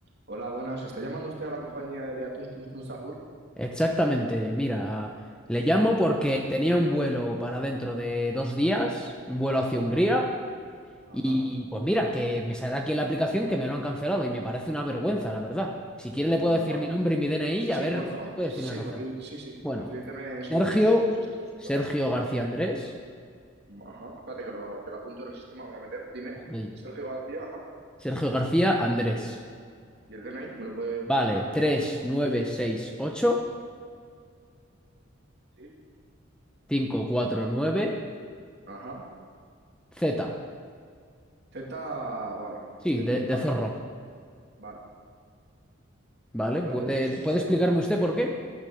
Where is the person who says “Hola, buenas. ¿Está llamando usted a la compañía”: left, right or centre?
Right